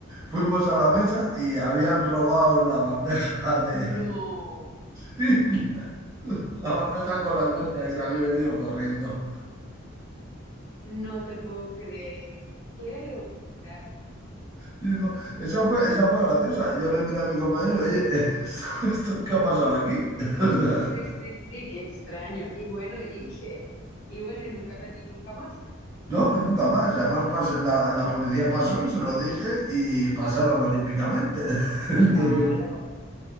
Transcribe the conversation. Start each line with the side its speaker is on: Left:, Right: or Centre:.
Right: Fuimos a la mesa y habían robado la bandeja de...
Left: No,
Right: <laughs> la bandeja con la cuenta y se había ido corriendo.
Left: no te puedo creer. Qué locura.
Right: Sí, no, Esa fue, esa fue graciosa. Yo le miré a mi compañero, oye, <laughs> ¿esto, esto qué ha pasado aquí? <laughs> O sea,
Left: Sí, sí, sí, qué extraño. Y bueno, y qué, y bueno, y nunca, la- y nunca más.
Right: No, y nunca más. Además, pas- la, la policía pasó, se lo dije y pasaron olímpicamente. <laughs> Entonces,
Left: Claro,
Right: ¿no?